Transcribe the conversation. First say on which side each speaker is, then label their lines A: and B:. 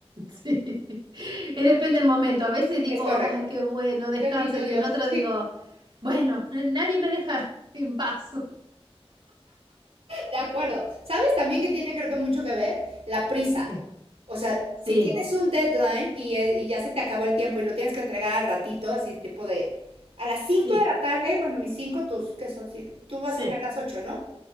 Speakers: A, on the right; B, on the right.
A: Sí. Eh, Depende del momento. A veces digo,
B: Es correcto.
A: ay, qué bueno, descanso.
B: Bendito
A: Y
B: Dios.
A: en otro
B: Sí,
A: digo, bueno, n- nadie me deja en paz.
B: de acuerdo. ¿Sabes también que tiene creo que mucho que ver? La prisa.
A: <laughs> ¿Qué?
B: O sea,
A: Sí,
B: si tienes un deadline y, eh, y ya se te acabó el tiempo y lo tienes que entregar al ratito, así tipo de a las cinco
A: sí,
B: de la tarde, bueno, mis 5, tus, ¿qué son? Si- Tú vas
A: sí,
B: a hacer las 8, ¿no?